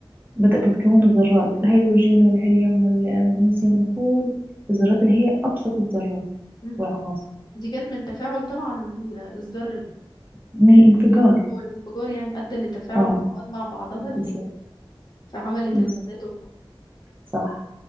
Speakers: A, on the right; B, on the left.
A: بدأت تتكون الذرات الهيدروجين والهيليوم والمغنيسيوم وكل الذرات اللي هي أبسط الذرات
B: مم.
A: والعناصر
B: دي جت من تفاعل طبعا ال- الذرة دي
A: من الانفجار
B: هو الانفجار يعني ادى لتفاعل
A: اه
B: المواد مع بعضها
A: بالظبط
B: اللي هي فعملت
A: بالظبط.
B: الغازات وب-
A: صح